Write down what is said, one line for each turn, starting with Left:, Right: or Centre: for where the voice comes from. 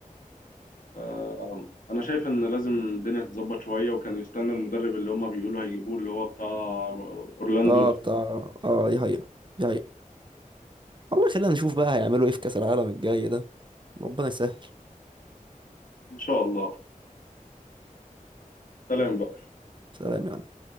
Left: آه، انا شايف ان لازم الدنيا تتظبط شويه وكان يستنى المدرب اللي هما بيقولوا هيجيبوه اللي هو بتاع اورلاندو
Right: اه
Left: ده
Right: بتاع اه دي حقيقة دي حقيقة والله خلينا نشوف بقى هيعملوا ايه في كأس العالم الجاي ده ربنا يسهل
Left: ان شاء الله سلام بقى
Right: سلام يا عم